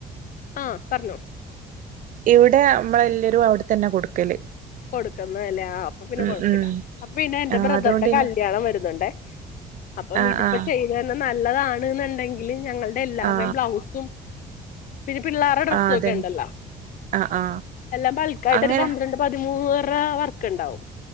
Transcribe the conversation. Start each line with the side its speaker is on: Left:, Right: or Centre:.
Left: ആഹ് പർഞ്ഞോ
Right: ഇവിടെ അമ്മളല്ലരും അവിടെ തന്നെ കൊടുക്കല്
Left: കൊടുക്കുന്ന അല്ലേ ആഹ് അപ്പൊ പിന്നെ
Right: ഉം
Left: കൊഴപ്പല്ല.
Right: ഉം
Left: അപ്പ പിന്നെ എന്റെ
Right: ആ
Left: ബ്രദറിന്റെ
Right: അതുകൊണ്ട് പിന്നെ
Left: കല്യാണം വരുന്നുണ്ടേ. അപ്പം
Right: ആ
Left: ഇതിപ്പോ
Right: ആ
Left: ചെയ്ത തന്നെ നല്ലതാണ്ന്നുണ്ടെങ്കില് ഞങ്ങൾടെ എല്ലാർടെയും
Right: ആ
Left: ബ്ലൗസും പിന്നെ പിള്ളേരുടെ ഡ്രസ്സൊക്കെ
Right: ആ അതന്നെ
Left: ഉണ്ടല്ലോ
Right: ആ ആ
Left: എല്ലാം ബൾക്കായിട്ട്
Right: അങ്ങനെ
Left: ഒരു പന്ത്രണ്ട് പ <unintelligible> വർക്ക്ണ്ടാവും